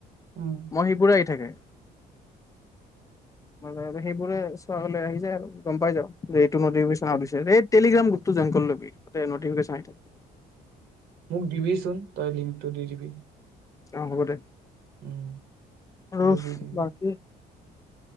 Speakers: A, on the right; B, on the left.
A: উম
B: মহীপুৰ আহি থাকে <unintelligible> সেইবোৰে চোৱা <unintelligible> আহি যায় আৰু গম পাই যাওঁ দে <unintelligible>
A: উম
B: টেলিগ্ৰাম গ্ৰুপটো <unintelligible> কৰি ল'বি তাতে নটিফিকেচন আহি থাকিব।
A: মোক দিবি চোন তই লিংকটো দি দিবি।
B: অ', হ'ব দে।
A: <unintelligible>
B: আৰু
A: সেইটো দি দিবি।
B: বাকী